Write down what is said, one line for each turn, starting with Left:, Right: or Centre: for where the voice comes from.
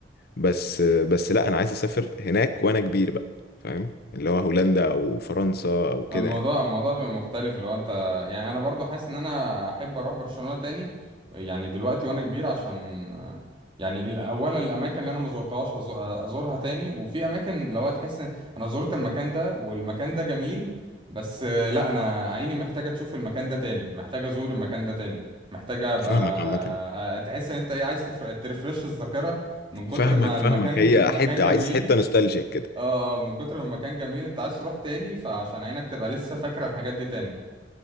Left: بس بس لا انا عايز اسافر هناك وانا كبير بقى فاهم اللي هو هولندا او فرنسا او كده
Right: الموضوع
Left: يعني.
Right: الموضوع بيبقى مختلف لو انت يعني انا برضو حاسس ان انا احب اروح برشلونة تاني يعني دلوقتي وانا كبير عشان آه، يعني ال- اولا الاماكن اللي انا ما زرتهاش هز- ازورها تاني وفي اماكن لو تحس ان انا زرت المكان ده والمكان ده جميل بس آه، لا انا عيني محتاجة تشوف المكان ده تاني محتاجة ازور المكان ده تاني محتاجة ابقى
Left: فاهمك عامه
Right: آه، آه، تحس ان انت ايه عايز تفر- ترفرش الذاكرة من كتر
Left: فاهمك
Right: ما المكان
Left: فاهمك هي
Right: المكان
Left: حتة
Right: جميل
Left: عايز حتة نوستالجيك كده
Right: اه آه، من كتر ما المكان جميل انت عايز تروح تاني فعشان عينك تبقى لسه فاكرة الحاجات دي تاني